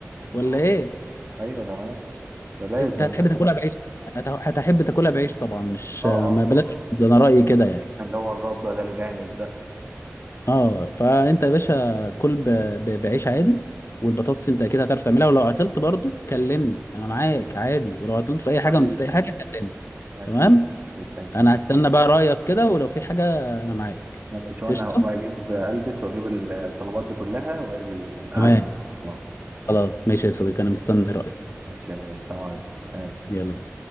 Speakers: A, on the left; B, on the right.
A: ولا
B: أه
A: ايه
B: أيوه تمام ده لازم
A: انت هتحب
B: يعني
A: تاكلها بعيش هت- هتحب تاكلها بعيش طبعا مش
B: أه أه
A: ما بلاش ده انا رايي كده يعني
B: اللي هو الرده ده الجامد ده
A: اه فانت يا باشا كل ب... ب... بعيش عادي والبطاطس انت اكيد هتعرف تعملها ولو عطلت برضو كلمني انا معاك عادي ولو عطلت في اي حاجه
B: حبيبي
A: ونسيت اي حاجه كلمني
B: أكيد
A: تمام
B: أكيد
A: انا هستنى بقى رايك كده ولو في حاجه انا معاك
B: ماشي وأنا
A: قشطه
B: هقوم أجيب ألبس وأجيب الطلبات دي كلها وأجي أعمل
A: تمام
B: أه
A: خلاص ماشي يا صديقي انا مستني رايك
B: ماشي يا باشا سلام عليكم سلام
A: يلا